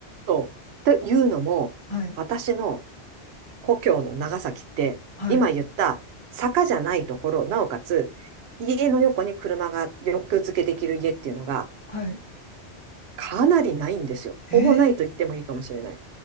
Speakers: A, on the right; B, on the left.
A: そう。というのも、
B: はい。
A: 私の故郷の長崎って、
B: はい。
A: 今言った坂じゃないところ、なおかつ家の横に車が横付けできる家っていうのが
B: はい。
A: かなりないんですよ。ほぼないと言ってもいいかもしれない。
B: ええ